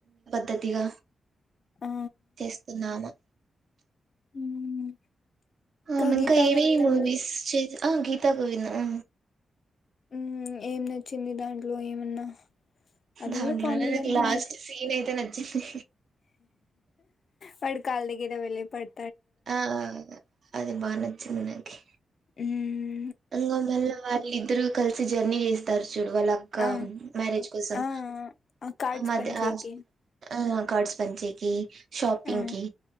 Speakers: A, on the right (about 55°); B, on the left (about 50°).
A: పద్దతిగా
B: ఆ
A: చేస్తుంది ఆమె
B: ఉమ్.
A: ఆమె
B: గీతా
A: ఇంకా ఏమే
B: గోవిందంలో
A: మూవీస్ చే ఆ గీతా గోవింద్ ఆ
B: ఉ ఏం నచ్చింది దాంట్లో ఏమన్నా అది
A: దాంట్లోనే
B: కూడా కామెడీ
A: నాకు
B: గానే
A: లాస్ట్
B: బాగుటుంది
A: సీన్ అయితే నచ్చింది
B: వాడు కాళ్లదగ్గర వేళ్ళి పడి
A: ఆ అది బాగా నచ్చింది నాకి
B: హ్మ్మ్
A: ఇంగ మళ్ళ వాళ్ళు ఇద్దరు కలిసి జర్నీ చేస్తారు చూడు వాళ్ళక్క
B: ఆ
A: మ్యారేజ్ కోసం
B: ఆ ఆ కార్డ్స్
A: అ మధ్య
B: పంచేకి
A: ఆ కార్డ్స్ పంచేకి షాపింగ్కి
B: ఆ